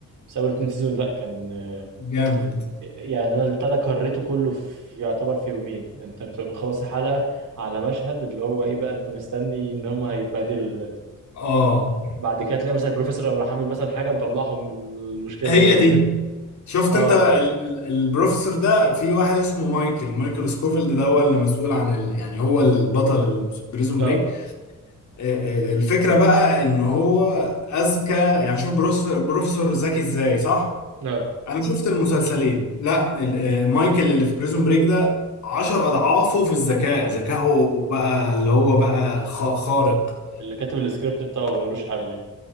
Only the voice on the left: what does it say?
جامد
اه
هي
دي شفت
انت ال... ال... البروفيسور ده في واحد اسمه مايكل مايكل سكوفيلد ده هو اللي مسؤول عن ال... يعني هو البطل البريزون
بريك آه، آه، الفكرة بقى ان هو اذكى يعني شوف بروفيسور بروفيسور ذكي ازاي صح
انا شفت المسلسلين لا ال- آه، مايكل اللي في بريزون بريك ده عشر اضعافه في الذكاء
ذكائه بقى اللي هو بقى خ- خارق